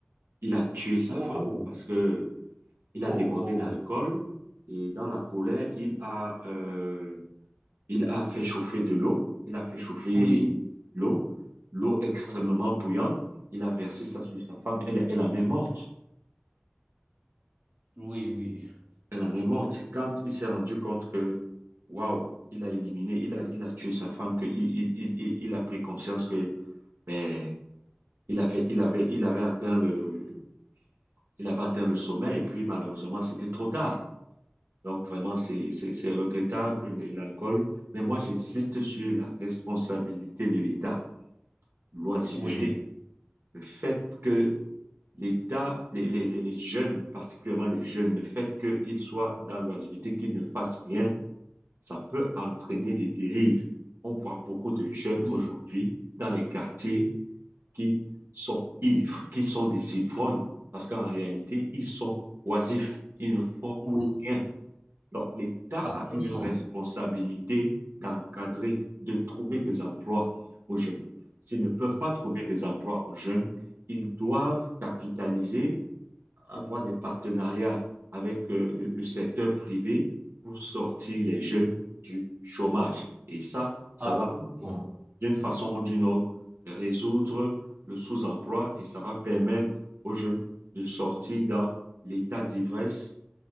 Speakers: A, on the right; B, on the right.
A: Il a tué sa
B: Wow,
A: femme parce que il
B: wow,
A: a débordé
B: wow.
A: d'alcool et dans la colère, il a, euh, il a fait chauffer de l'eau. Il a fait chauffer
B: Oui.
A: l'eau, l'eau extrêmement bouillante. Il a versé ça sur sa femme. Elle, elle en est morte.
B: Oui, oui,
A: Elle en est morte. C'est quand il s'est rendu compte que, waouh, il a éliminé, il a, il a tué sa femme, qu'il il, il, il- il a pris conscience que, ben Il avait, il avait, il avait atteint le, il avait atteint le sommet et puis malheureusement, c'était trop tard. Donc vraiment, c'est, c'est, c'est regrettable, le- l'alcool. Mais moi, j'insiste sur la responsabilité de l'État, l'oisiveté,
B: oui,
A: le fait que l'État, les, les, les, les jeunes, particulièrement les jeunes, le fait qu'ils soient dans l'oisiveté, qu'ils ne fassent rien, ça peut entraîner des dérives. On voit beaucoup de jeunes
B: oui,
A: aujourd'hui dans les quartiers qui sont ivres, qui sont des ivrognes, parce qu'en réalité, ils sont oisifs, ils ne font
B: oui,
A: rien. Donc, l'État a
B: absolument,
A: une responsabilité d'encadrer, de trouver des emplois aux jeunes. S'ils ne peuvent pas trouver des emplois aux jeunes, ils doivent capitaliser, avoir des partenariats avec euh, le, le secteur privé pour sortir les jeunes du chômage. Et ça, ça
B: absolument.
A: va d'une façon ou d'une autre, résoudre le sous-emploi et ça va permettre aux jeunes de sortir dans l'état d'ivresse